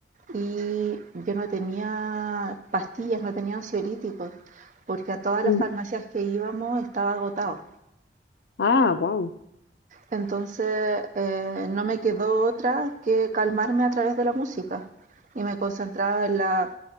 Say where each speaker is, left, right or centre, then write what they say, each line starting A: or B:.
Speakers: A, on the right (about 45°); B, on the left (about 75°).
A: y yo no tenía pastillas, no tenía ansiolíticos, porque a todas las
B: Mm.
A: farmacias que íbamos estaba agotado.
B: Ah, wow.
A: Entonces eh, no me quedó otra que calmarme a través de la música y me concentraba en la